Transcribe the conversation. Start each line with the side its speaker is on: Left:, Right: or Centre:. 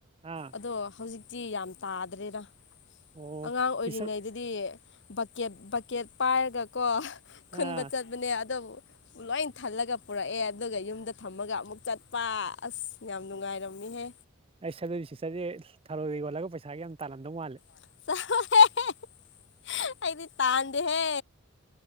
Right: ꯑꯥ
Left: ꯑꯗꯣ ꯍꯧꯖꯤꯛꯇꯤ ꯌꯥꯝ ꯇꯥꯗ꯭ꯔꯦꯅ
Right: ꯑꯣ
Left: ꯑꯉꯥꯡ ꯑꯣꯏꯔꯤꯉꯩꯗꯗꯤ
Right: ꯁꯤꯁꯇꯔ
Left: ꯕꯛꯀꯦꯠ ꯕꯛꯀꯦꯠ ꯄꯥꯏꯔꯒꯀꯣ ꯈꯨꯟꯕ
Right: ꯑꯥ
Left: ꯆꯠꯄꯅꯦ ꯑꯗꯣ ꯂꯣꯏ ꯊꯜꯂꯒ ꯄꯨꯔꯛꯑꯦ ꯑꯗꯨꯒ ꯌꯨꯝꯗ ꯊꯝꯃꯒ ꯑꯃꯨꯛ ꯆꯠꯄ ꯑꯁ ꯌꯥꯝ ꯅꯨꯡꯉꯥꯏꯔꯝꯃꯤꯍꯦ
Right: ꯑꯩ ꯁꯗꯣꯏ ꯁꯤꯆꯔꯁꯦ ꯊꯧꯔꯣꯏꯗ ꯌꯣꯜꯂꯒ ꯄꯩꯁꯥꯒꯤ ꯌꯥꯝ ꯇꯜꯂꯝꯗꯧ ꯃꯥꯜꯂꯦ
Left: <unintelligible> ꯍꯥꯏꯗꯤ ꯇꯥꯟꯗꯍꯦ